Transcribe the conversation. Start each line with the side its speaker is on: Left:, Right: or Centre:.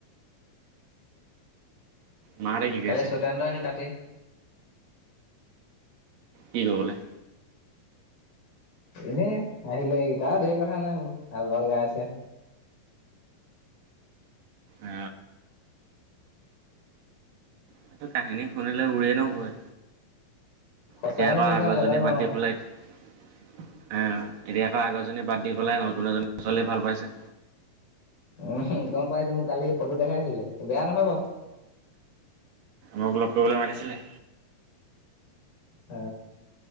Right: মাহঁতে কি কৰি
Left: কালি
Right: আছে
Left: চৈতান্ত আহিল ৰাতি
Right: কি কৰীলে?
Left: এনে আহিলে তাৰ ঢেৰ কথা নাই, আল বাল গাই আছে।
Right: অ তটো কাহিনী শুনিলে উৰে <unintelligible> ধিৰিবগৈ।
Left: সঁচাই
Right: এতিয়া
Left: নে
Right: আকৌ আগৰজনী
Left: মিছাই নাজানো
Right: বাদ
Left: আৰু।
Right: দি পেলাই উম। এতিয়া সেই আগৰজনী বাদ চিলি। দি পেলাই নতুন এজনী <unintelligible> ছোৱালী ভাল পাইছে?
Left: উম গম পাইছো মোক কালি ফটো দেখাইছিলে বেয়া নহয় বাৰু।
Right: মূৰ লক কৰিবলে <unintelligible> আনিছিলে।
Left: হ!